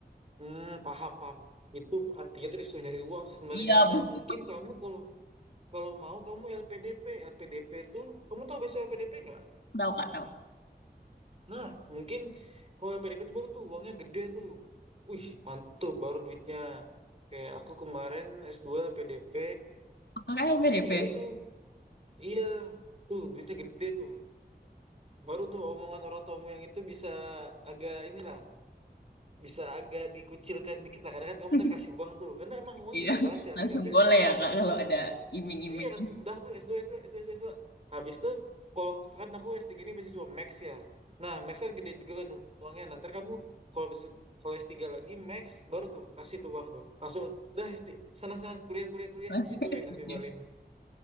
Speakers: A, on the right; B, on the left.
A: Hmm, paham, paham. Itu artinya tuh disuruh nyari uang sih sebenarnya.
B: Iya, <laughs>
A: Nah,
B: bener.
A: mungkin kamu kalau kalau mau kamu LPDP. LPDP tuh, kamu tahu besok LPDP nggak?
B: Tahu, Kak, tahu.
A: Nah, mungkin kalau LPDP tuh baru tuh uangnya gede tuh. Wih, mantul baru duitnya. Kayak aku kemarin S2 LPDP,
B: Kakak LPDP.
A: ya itu. Iya, tuh duitnya gede tuh. Baru tuh omongan orang tuamu yang itu bisa agak inilah, bisa agak dikucilkan dikit lah. Karena kan kamu
B: <laughs>
A: ntar kasih uang tuh. Karena emang uangnya
B: Iya,
A: gede banget sih
B: langsung
A: LPDP.
B: boleh ya Kak kalau ada iming-iming
A: Iya langsung udah tuh s dua itu S2 s dua Habis tuh kalau kan aku s tiga ini beasiswa Max ya. Nah, Max kan gede juga kan uangnya. Nanti kamu kalau besu- kalau s tiga lagi Max baru tuh kasih tuh uang tuh. Langsung dah s tiga sana-sana kuliah kuliah
B: <laughs>
A: kuliah
B: langsung
A: digituin
B: S3.
A: nanti paling.